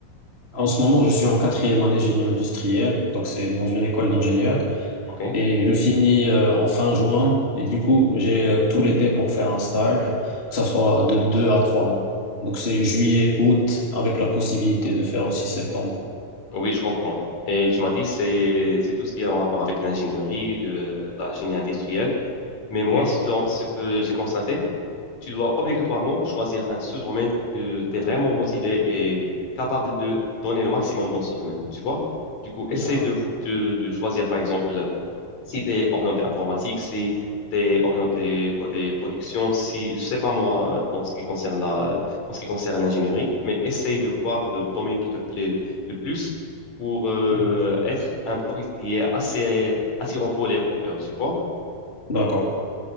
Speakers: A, on the left; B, on the left.
A: En ce moment, je suis en quatrième année génie industriel, donc c'est dans une école d'ingénieurs.
B: OK?
A: Et je finis euh, en fin juin. Et du coup, j'ai euh, tout l'été pour faire un stage, que ça soit de deux à trois mois. Donc c'est juillet, août, avec la possibilité de faire aussi septembre.
B: Oui, je comprends. Et tu m'as dit c'est c'est tout ce qui est en rapport avec l'ingénierie, le- la génie industrielle. Mais moi,
A: Oui,
B: selon ce que j'ai constaté, tu dois obligatoirement choisir un sous-domaine que tu es vraiment motivé et capable de donner le maximum dans ce domaine, tu vois? Du coup, essaye
A: d'accord.
B: de, de, de choisir, par exemple, si tu es orienté informatique, si tu es orienté côté production, si, je sais pas moi, dans ce qui concerne la, en ce qui concerne l'ingénierie, mais essaye de voir le domaine qui te plaît le plus pour euh,
A: Hmm.
B: être un profil qui est assez attirant pour les recruteurs, tu vois?
A: D'accord.